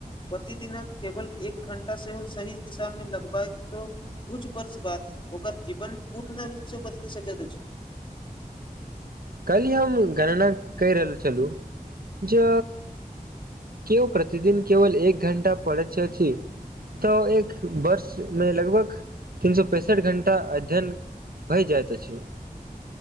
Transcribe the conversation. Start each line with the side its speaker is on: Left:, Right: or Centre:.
Left: प्रतिदिन केवल एक घण्टा सेहो सही दिशा मे लगबाए त कुछ वर्ष बाद ओकर जीवन पूर्ण रूपसँ बदलि सकैत अछि
Right: काल्हि हम गणना कहि रहल छलहुँ जे केओ प्रतिदिन केवल एक घंटा पड़थ छथि तऽ एक वर्षमे लगभग तीन सए पैंसठ घण्टा अध्ययन भइ जाइत अछि